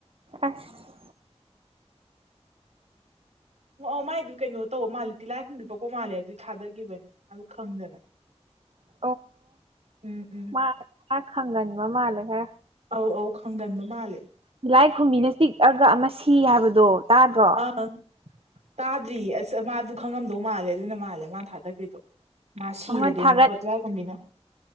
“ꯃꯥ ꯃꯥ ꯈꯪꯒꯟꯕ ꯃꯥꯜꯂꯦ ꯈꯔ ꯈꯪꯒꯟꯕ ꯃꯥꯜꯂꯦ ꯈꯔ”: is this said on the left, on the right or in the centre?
Right